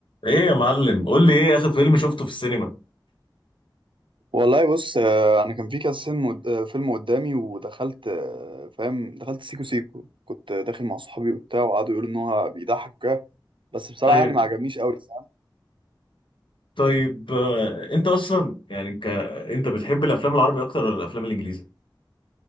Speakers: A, on the left; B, on the right.
A: ايه يا معلم قول لي ايه اخر فيلم شفته في السينما
B: والله بص آه، انا كان في كذا فيلم قد- آه، فيلم قدامي ودخلت آه، فاهم دخلت سيكو سيكو كنت داخل مع صحابي وبتاع وقعدوا يقولوا ان هو بيضحك وكده بس بصراحه
A: ايوه
B: يعني ما عجبنيش قوي فاهم
A: طيب آه، انت اصلا يعني ك... انت بتحب الافلام العربي اكتر ولا الافلام الانجليزي